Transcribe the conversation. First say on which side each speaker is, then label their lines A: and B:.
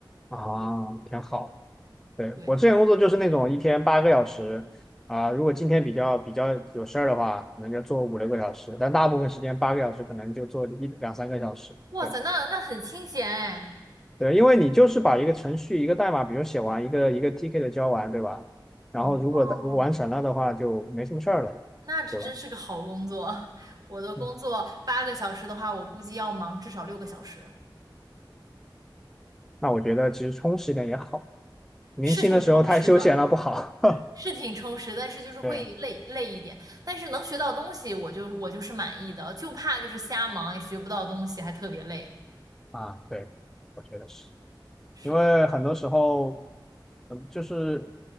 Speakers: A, in the centre; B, on the right.
A: 啊，挺好的。对，
B: 对，
A: 我之前工作就是那种一天八个小时啊，如果今天比较比较有事儿的话，可能就做五六个小时，但大部分时间八个小时可能就做一两三个小时。
B: 哇塞，
A: 对
B: 那那很清闲哎。
A: 对，因为你就是把一个程序一个代码，比如写完一个一个 TK 的交完，对吧？然后如果如果完成了的话，
B: 哦，
A: 就没什么事儿了，
B: 那这真是个好工作。
A: 对吧？
B: <laughs> 我的工作八个小时的话，
A: 嗯
B: 我估计要忙至少六个小时，
A: 那我觉得其实充实一点也好。年轻的时候太休闲了，
B: 是挺充实的，
A: 不好。<laughs>
B: 是挺充实，但是就是会累累一点。
A: 对
B: 但是能学到东西，我就我就是满意的，就怕就是瞎忙也学不到东西，还特别累。
A: 啊，对，我觉得是，
B: 是的，
A: 因为很多时候，嗯就是